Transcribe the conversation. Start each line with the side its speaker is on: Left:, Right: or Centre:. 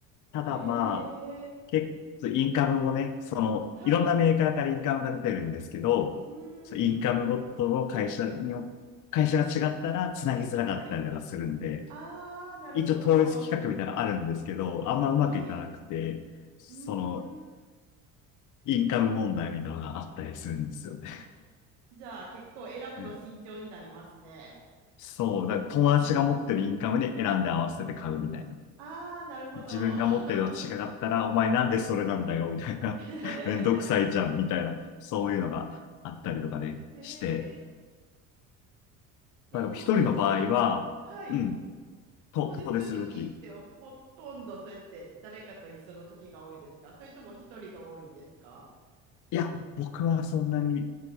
Left: ただまあ、
Right: へえ、
Left: 結構、インカムもね、その、
Right: はい。
Left: いろんなメーカーからインカムが出てるんですけど、
Right: うん、
Left: そうインカムごとの会社によ、会社が違ったら繋ぎづらかったりとかするんで、
Right: はい。ああ、なるほど。
Left: 一応統一企画みたいなのあるんですけど、あんまうまくいかなくて、
Right: はい。
Left: その、
Right: うーん。
Left: インカム問題みたいなのがあったりするんですよね。
Right: あ、じゃあ結構選ぶの慎重になりますね。
Left: うんそう、だから友達が持ってるインカムに選んで合わせて買うみたいな。
Right: うん。ああ、なるほど。
Left: 自分が持ってるの違かったら、
Right: <laughs>
Left: お前なんでそれなんだよ、
Right: うん。
Left: みたいな。
Right: <laughs>
Left: <laughs> めんどくさいじゃん、みたいな。そういうのがあったりとかでして。
Right: へえ。え、
Left: まあでも一人の場合は、
Right: 遠出するとき、はい。
Left: うん、と、
Right: 遠出するときってほとんどそうやって誰かと一緒のときが多いんですかそれとも一人が多いんですか
Left: 遠出するとき、いや、僕はそんなに、